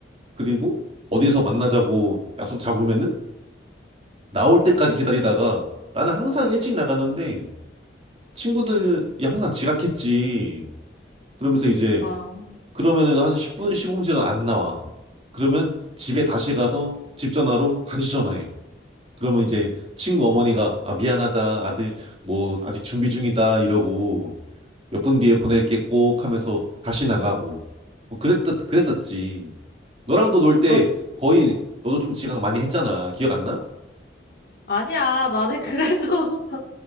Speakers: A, on the right; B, on the left.
A: 그리고 어디서 만나자고 약속 잡으면은 나올 때까지 기다리다가 나는 항상 일찍 나가는데 친구들이 항상 지각했지. 그러면서 이제
B: 아, 응.
A: 그러면은 한 10분, 15분 째도안 나와. 그러면 집에 다시 가서 집 전화로 다시 전화해. 그러면 이제 친구 어머니가 아 미안하다 아들 뭐 아직 준비 중이다 이러고 몇 분 뒤에 보낼게 꼭 하면서 다시 나가고 뭐 그랬듯 그랬었지. 너랑도 놀 때
B: 어,
A: 거의 너도 좀 지각 많이 했잖아. 기억 안 나?
B: 아니야. 나는 그래도, <laughs>